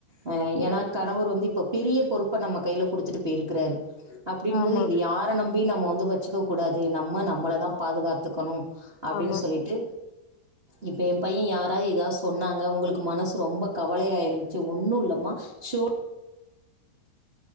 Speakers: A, on the right; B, on the left.
A: ஆ எனா
B: ம்
A: கணவர் வந்து இப்ப பெரிய பொறுப் இப்ப நம்ம கையில குடுத்துட்டு போயிருக்கிறாரு அப்படிங்
B: ஆமா
A: போது இது யா நம்பி நம்ம வந்து வெச்சுக்கக் கூடாது நம்ம நம்மள தா பாதுகாத்துக்கணு அப்டின்னு
B: ஆமா
A: சொல்லிட்டு இப்ப எ பைய யாராது ஏதாது சொன்னாங்க உங்களுக்கு மனசு ரொம்ப கவலையாயிருக்கு இது ஒண்ணு இல்லமா சோ